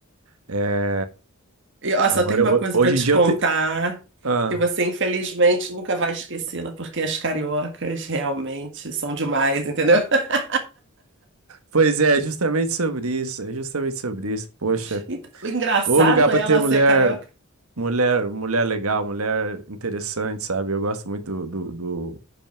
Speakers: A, on the right (about 80°); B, on the right (about 55°).
A: eh,
B: E ó,
A: Agora,
B: só tem uma
A: ho-
B: coisa
A: hoje
B: pra te
A: em dia,
B: contar,
A: eu, te- Ah,
B: que você infelizmente nunca vai esquecê-la, porque as cariocas realmente são demais, entendeu? <laughs>
A: pois é, justamente sobre isso, é justamente sobre isso. Poxa,
B: Então, o engraçado
A: o lugar pra
B: é ela
A: ter mulher,
B: ser carioca.
A: mulher, mulher legal, mulher interessante, sabe? Eu gosto muito do, do, do-